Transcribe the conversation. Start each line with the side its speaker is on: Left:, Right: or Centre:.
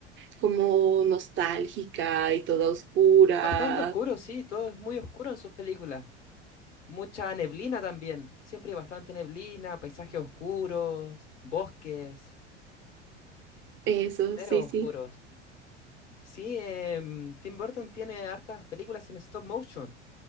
Right: como nostálgica y toda oscura.
Left: Bastante oscuro, sí, todo es muy oscuro en sus películas. Mucha neblina también, siempre hay bastante neblina, paisajes oscuros, bosques,
Right: Eso,
Left: senderos
Right: sí, sí.
Left: oscuros. Sí, em, Tim Burton tiene hartas películas en stop motion,